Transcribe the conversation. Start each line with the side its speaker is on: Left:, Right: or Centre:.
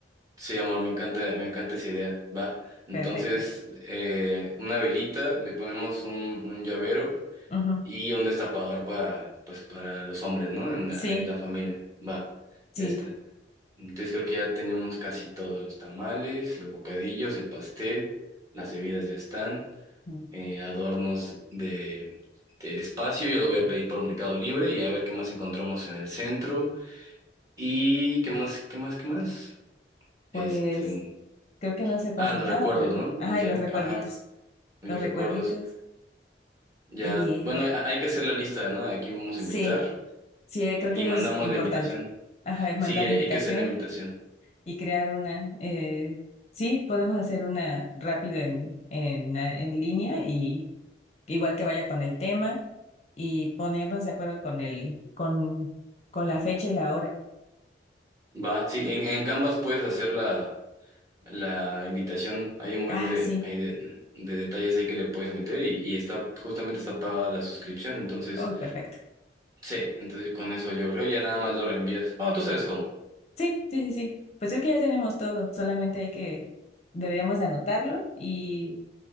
Right: sí, amor, me encanta, me encanta esa idea. Va. Entonces,
Left: Perfecto.
Right: eh, una velita, le ponemos un, un llavero
Left: Ujú.
Right: y un destapador para, pues, para los hombres, ¿no? En la-
Left: Sí,
Right: ahí la familia. Va,
Left: sí.
Right: ya está. Entonces creo que ya tenemos casi todos los tamales, los bocadillos, el pastel, las bebidas ya están.
Left: Mm.
Right: eh, adornos de, del espacio. Yo lo voy a pedir por Mercado Libre y a ver qué más encontramos en el centro. Y qué más, qué más, qué más.
Left: Pues
Right: Este,
Left: creo que no se pasa
Right: ah, los
Left: nada,
Right: recuerdos,
Left: pero...
Right: ¿no?
Left: Ajá,
Right: Y ya,
Left: y los recuerditos,
Right: ajá, y
Left: los
Right: los
Left: recuerditos.
Right: recuerdos. Ya,
Left: Y
Right: bueno,
Left: eh,
Right: ha- hay que hacer la lista, ¿no? a quién vamos
Left: sí,
Right: a invitar
Left: sí, eh,
Right: y
Left: creo que eso
Right: mandamos
Left: es importante.
Right: la invitación.
Left: Ajá, mandar
Right: Sí, hay,
Left: la invitación
Right: hay que hacer la invitación.
Left: y crear una. eh, sí, podemos hacer una rápido en, en, en línea y igual que vaya con el tema y ponernos de acuerdo con el, con, con la fecha y la hora.
Right: Va, sí, en, en Canvas puedes hacerla la invitación. Hay un buen
Left: Ah,
Right: de,
Left: sí.
Right: hay de, de detalles ahí que le puedes meter y, y está justamente está pagada la suscripción. Entonces,
Left: Uy, perfecto.
Right: sí, entonces con eso yo creo ya nada más lo reenvías. Bueno, tú sabes cómo.
Left: Sí, sí, sí, sí. Pues creo que ya tenemos todo. Solamente hay que, deberíamos de anotarlo y